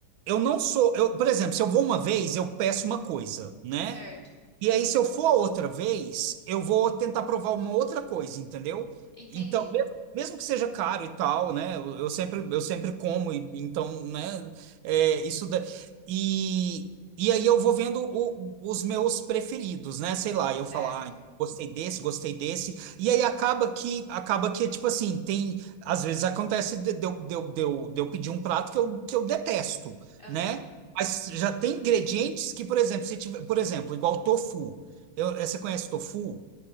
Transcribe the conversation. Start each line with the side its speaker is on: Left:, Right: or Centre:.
Right: eu não sou, eu, por exemplo, se eu vou uma vez, eu peço uma coisa, né?
Left: certo.
Right: E aí, se eu for outra vez, eu vou tentar provar uma outra coisa, entendeu?
Left: Entendi.
Right: Então, mesmo, mesmo que seja caro e tal, né? Eu, eu sempre, eu sempre como, e, então, né? É, isso da... E, e aí eu vou vendo o- os meus preferidos, né? Sei lá,
Left: Certo.
Right: eu falar, ah, gostei desse, gostei desse. E aí acaba que, acaba que, tipo assim, tem... Às vezes acontece de, de, eu- de, eu- de, eu- de eu pedir um prato que eu, que eu detesto,
Left: Aham.
Right: né? Mas já tem ingredientes que, por exemplo, se tiver, por exemplo, igual tofu. Eu- eh, você conhece tofu?